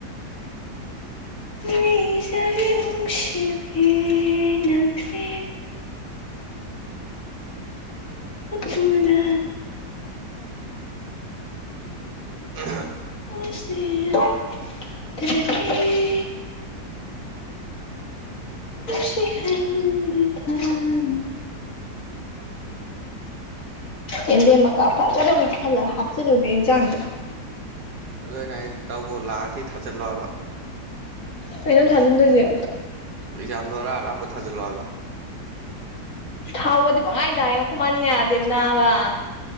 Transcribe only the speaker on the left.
ꯅꯤꯖꯕꯤꯦ ꯅꯅꯨꯡꯁꯤꯕ ꯅꯪꯁꯤ ꯍꯣꯡꯗ
ꯁꯤꯌꯥ ꯑꯗꯨ ꯁꯤꯍꯜ ꯊꯝ ꯑꯦꯦꯝꯗꯦꯝ ꯃꯀꯥ ꯐꯖꯅ ꯑꯃꯨꯛ ꯈꯜꯂ ꯍꯥꯞꯆꯤꯜꯂꯨꯒꯦ ꯏꯟꯖꯥꯡꯗꯣ
ꯀꯩꯅꯣ ꯊꯥꯖꯤꯟꯗꯣꯏꯁꯦ
ꯊꯥꯎꯕꯗꯤ ꯄꯪꯉꯥꯏꯗꯏꯌꯦꯡ ꯈꯨꯃꯟ ꯌꯥꯗꯦꯕ ꯅꯥꯕ